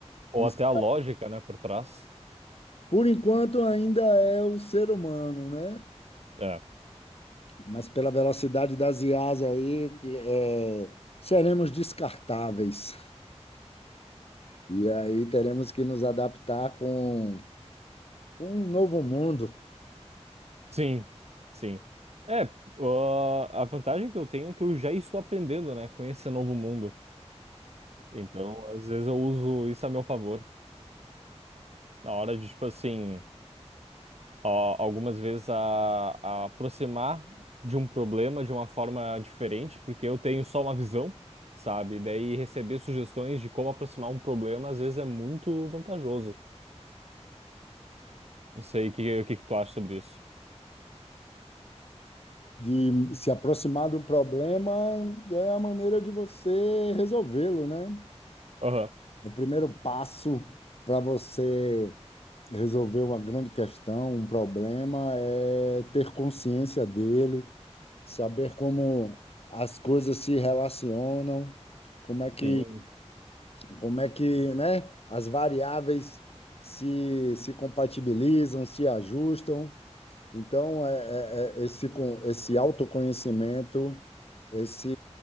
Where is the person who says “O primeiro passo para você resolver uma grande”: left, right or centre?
Left